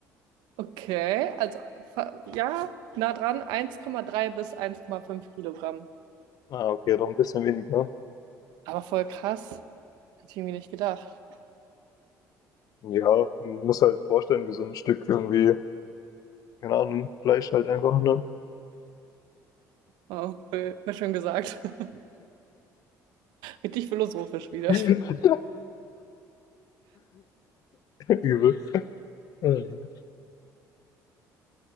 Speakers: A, on the right; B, on the left.
A: Okay, also fa- ja, nah dran, 1,3 bis 1,5 Kilogramm.
B: Ah, okay, doch ein bisschen weniger.
A: Aber voll krass, hätte ich irgendwie nicht gedacht.
B: Ja, man muss halt vorstellen, wie so ein Stück irgendwie, keine Ahnung, Fleisch halt einfach, ne?
A: Oh, voll, voll schön gesagt. <laughs> Richtig philosophisch wieder.
B: <laughs> Übel. Ähm,